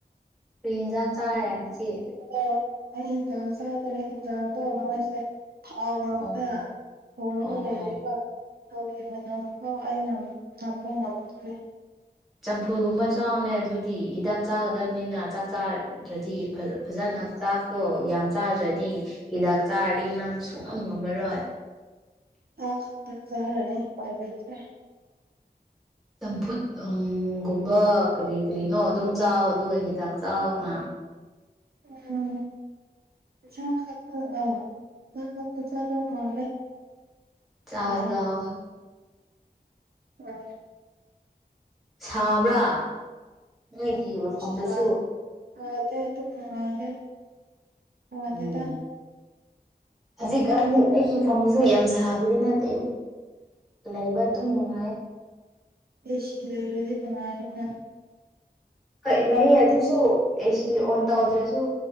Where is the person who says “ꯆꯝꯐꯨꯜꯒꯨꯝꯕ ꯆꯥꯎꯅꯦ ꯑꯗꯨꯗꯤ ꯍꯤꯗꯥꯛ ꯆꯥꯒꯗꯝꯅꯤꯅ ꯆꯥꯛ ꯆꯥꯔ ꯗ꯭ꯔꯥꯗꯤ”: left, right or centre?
Centre